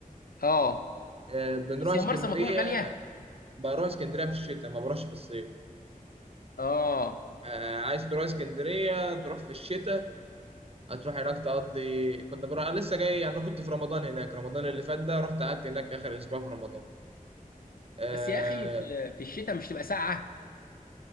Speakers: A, on the left (about 85°); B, on the right (about 45°).
A: اه
B: آه، بنروح
A: بس
B: اسكندرية
A: يا مرسى مطروح غاليه
B: بروح اسكندرية في الشتاء ما بروحش في الصيف
A: اه
B: آه، عايز تروح اسكندرية تروح في الشتاء هتروح هناك تقضي كنت بروح انا لسه جاي يعني انا كنت في رمضان هناك رمضان اللي فات ده رحت قعدت هناك اخر اسبوع في رمضان آه،
A: بس يا اخي في في الشتاء مش تبقى ساقعه